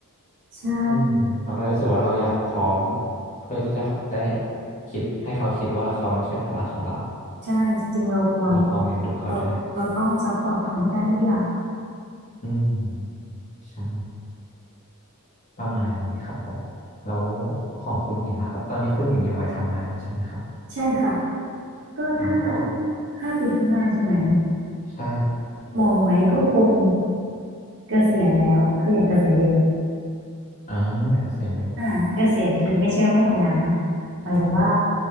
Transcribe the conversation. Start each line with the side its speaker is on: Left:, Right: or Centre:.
Right: ใช่
Left: อืมเราก็รู้สึกว่าเราอยากพร้อมเพื่อที่จะได้คิดให้เขาคิดว่าเขาไม่ใช่ภาระของเรา
Right: ใช่จริงๆเราควร
Left: เราพร้อมเลี้ยงดูเขาได้
Right: เราเราต้องซัพพอร์ตเขาให้ได้ทุกอย่าง
Left: อืมใช่ประมาณนี้ครับผมแล้วของคุณหญิงล่ะครับตอนนี้คุณหญิงอยู่วัยทำงานใช่ไหมครับ
Right: ใช่ค่ะก็ถ้าห้า
Left: อืมแล้ว
Right: ห้าปีข้างหน้าใช่ไหม
Left: ใช่
Right: มองไว้ก็คงเกษียณแล้วคืออยากเกษียณเร็ว
Left: อ๋ออยากเกษียณเร็ว
Right: อ่าเกษียณคือไม่ใช่ว่าไม่ทำงานนะหมายถึงว่า